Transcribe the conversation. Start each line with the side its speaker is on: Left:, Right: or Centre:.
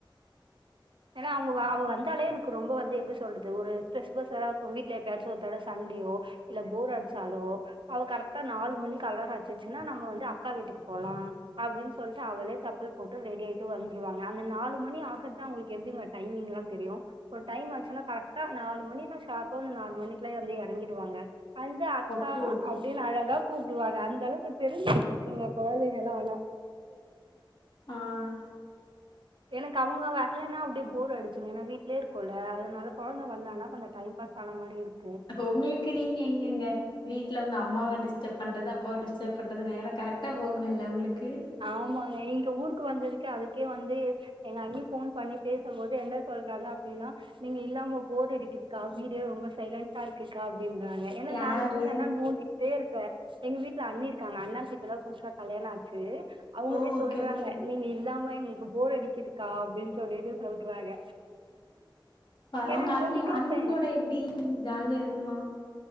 Right: ஏன்னா அவுங்க வ அவுங்க வந்தாலே எனக்கு ரொம்ப வந்து எப்டி சொல்றது ஒரு ஸ்ட்ரெஸ் பஸ்ரா இருக்கும் வீட்ல எப்பயாச்சு ஒருதடவ சண்டயோ இல்ல போர் அடுச்சாலோ அவ கரெக்டா நாலு மணிக்கு அலாரோ அடுச்சுச்சுனா நம்ம வந்து அக்கா வீட்டுக்கு போலா அப்டினு சொல்லிட்டு அவளே செப்பல் போட்டு ரெடி ஆயிட்டு வந்துருவாங்க அந்த நாலு மணி ஆக்கதா அவுங்களுக் எப்டிமா டைமிங்லா தெரியு ஒரு டைம் ஆச்சுன்னா கரெக்டா நாலு மணினா ஷார்ப்பா வந்து நாலு மணிக்குலயே வந்து எறங்கிடுவாங்க வந்து அக்கா
Left: அப்போ
Right: அப்டினு அழகா கூப்டுவாங்க அந்த அளவுக்கு தெரிஞ்சு வச்சிருக்குங்க கொழந்தங்களா ஆனா
Left: ஆ
Right: எனக்கு அவங்க வர்லன்னா அப்டியே போர் அடுச்சுடும்ன வீட்லே இருக்கோல அதனால கொழந்த வந்தானா கொஞ்ச டைம் பாஸ் ஆன மாரி இருக்
Left: உங்களுக்கு நீங்க எங்கங்க வீட்ல உங்க அம்மாவ டிஸ்டப் பண்ணுறது அப்பாவ டிஸ்டப் பண்ணுறது நேரோ கரெக்டாக போகணுல்ல உங்களுக்கு
Right: ஆமாங்க இங்க ஊருக்கு வந்ததுக்கு அதுக்கே வந்து எங்க அண்ணி போன் பண்ணி பேசும்போது என்ன சொல்றாங்க அப்டினா நீங்க இல்லாம போரடிக்குதுக்கா வீடே ரொம்ப சைலண்டா இருக்குக்கா அப்டின்றாங்க ஏனா
Left: யாரு
Right: நா இருந்தனா நோண்டி டேருப்ப எங்க வீட்ல அண்ணி இருக்காங்க அண்ணாக்கு இப்பதா புதுசா கல்யாண ஆச்சு அவுங்களே
Left: ஓ ஓகே
Right: சொல்றாங்க
Left: ஓகே
Right: நீங்க இல்லாம எங்களுக்கு போர் அடிக்கிதுக்கா அப்டினு சொல்லிட்டு சொல்றாங்க
Left: அவுங்க
Right: ஏன்னா
Left: அண்ணி
Right: நோண்டிட்டே
Left: அண்ணி
Right: இருப்பே
Left: கூட எப்டி ஜாலியா இருக்குமா